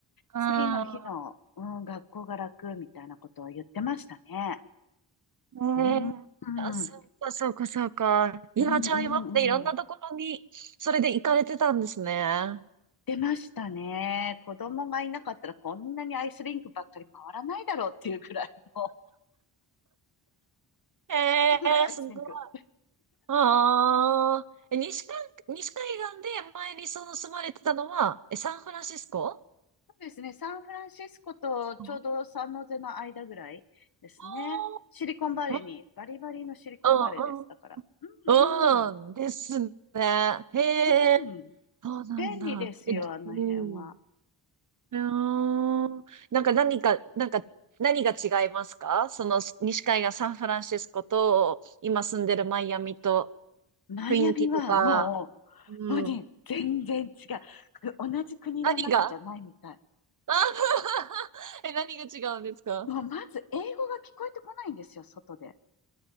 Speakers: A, on the right (about 40°); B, on the left (about 50°).
A: うん。
B: 次の日の、うん、学校が楽みたいなことを言ってましたね。
A: ねえあ、
B: うん、うん、
A: そうか、そうか、そうか。いや、
B: うん、
A: じゃあ今までいろんなところに、
B: うん。
A: それで行かれてたんですね。
B: 出ましたね。子供がいなかったらこんなにアイスリンクばっかり回らないだろうっていうぐらいの、<laughs> っ
A: ええすごい。
B: ていうぐらいアイスリンク。
A: ああ、え西海、西海岸で前にその住まれてたのは、え、サンフランシスコ
B: そうですね。サンフランシスコとちょうどサンノゼの間ぐらいですね。
A: ああ
B: シリコンバレーに、
A: ー、
B: バリバリのシリコンバレーです。
A: うん、
B: だから。うん、
A: う
B: うん、
A: ん、うん、ですね。へえ、
B: うん。
A: そうなんだ。
B: 便利ですよ、
A: え、
B: あの辺は。
A: うん。うーんなんか何か、なんか何が違いますかその西海岸サンフランシスコと今住んでるマイアミと
B: マイアミはも
A: 雰囲気とか、うん。
B: う、もうね、全然違う。く同じ国の中じゃないみたい。
A: 何があ <laughs> え、何が違うんですか
B: もうまず英語が聞こえてこないんですよ、外で。